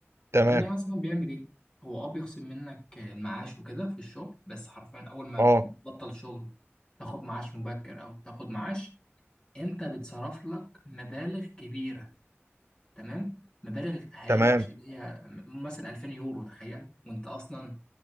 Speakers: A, on the right; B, on the left.
A: تمام
B: المانيا مثلا بيعمل ايه هو اه بيخصم منك المعاش وكده في الشغل بس حرفيا اول ما
A: اه
B: بتبطل شغل تاخد معاش مبكر او تاخد معاش انت بيتصرف لك مبالغ كبيره تمام مبالغ هائله
A: تمام
B: مش اللي هي مثلا 2000 يورو تخيل وانت اصلا